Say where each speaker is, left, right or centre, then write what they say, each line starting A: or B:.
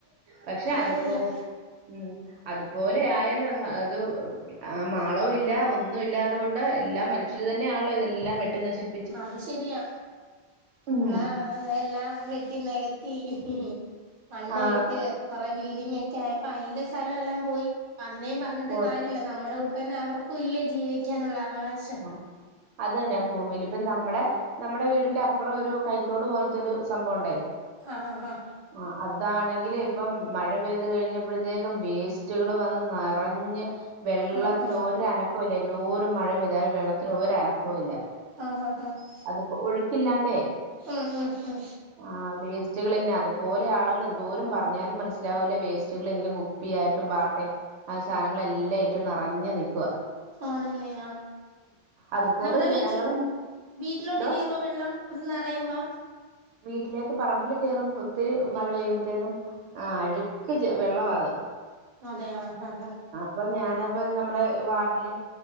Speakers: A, on the right (about 90°); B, on the right (about 60°).
A: പക്ഷെ അതിപ്പോ
B: ആയല്ലോ
A: ഉം അതുപോലെ ആയല്ലോ സ ഇത് ഉം ആ മാളവും ഇല്ല ഒന്നും ഇല്ലാതുകൊണ്ട് എല്ലാം മനുഷ്യർ തന്നെയാണല്ലോ ഇതെല്ലാം വെട്ടി നശിപ്പ
B: അത് ശെരിയാ
A: ഉം
B: ഉള്ള എല്ലാം വെട്ടി നികത്തി. ഹിഹി മണ്ണ്
A: ആ
B: ഇട്ട് കൊറെ ബിൽഡിംഗ ഒക്കെ ആയപ്പ അയിന്റെ സ്ഥലം എല്ലാം പോയി അതിനേ ഞ്ഞിട്ട്
A: പോ
B: കാര്യല്ല നമ്മുടെ കൂട്ട തന്നെ അവർക്കും ഇല്ലേ ജീവിക്കാനുള്ള അവകാശ
A: ആ അത് തന്നെ ഭൂമില് ഇപ്പ നമ്മടെ നമ്മുടെ വീടിന്റെ അപ്പുറം ഒരു ക കയ്ത്തോട് പോലത്തെൊരു സംഭവണ്ടേയ്
B: ആഹ് ആഹ് ആാ
A: ആ അതാണെങ്കില് ഇപ്പം മഴ പെയ്ത് കഴിഞ്ഞപ്പഴത്തേക്കും വേസ്റ്റുകള് വന്ന് നിറഞ്ഞ്. വെള്ളത്തിന്
B: ആഹ് ആഹ്
A: ഒരനക്കവും ഇല്ല എന്നോരം മഴ പെയ്താൽ വെള്ളത്തിന് ഒരനക്കവും ഇല്ല
B: ആഹ് ആഹ് ആഹ്
A: അതിപ്പോ ഒഴുക്കില്ലാണ്ടേ
B: ഉം ഉം ഉം
A: ആ വെ റ്റകളെങ്ങെനെ അതുപോലെ ആളുകൾ എന്തോരും പറഞ്ഞാലും മനസ്സിലാവൂല്ല വേസ്റ്റുകൾ ഇങ്ങനെ കുപ്പിയായിട്ടും പാട്ടെ ആ സാധനങ്ങളൾെല്ലാം ഇട്ടും നിറഞ്ഞഞ് നിക്കുവാ
B: ആണല്ലേ ആഹ്
A: അതുപോലെ
B: നമ്മുടെ
A: ജനങ്ങളും
B: വീട്ടിൽ വീട്ടിലോട്ട്
A: എന്തോ
B: കേയറുവോ വെള്ളം അത് നറയുമ്പോ?
A: വീട്ടിലേക്ക് പറമ്പിൽ കേറും ഒത്തിരി
B: കേറും
A: മഴ പെയ്യുമ്പോത്തേക്കും. ആഹ് അഴുക്ക് വെള്ളവാത്.
B: അതെയ ആഹ് ആഹ്
A: അപ്പ ഞാനപ്പ നമ്മളെ വാർഡിലെ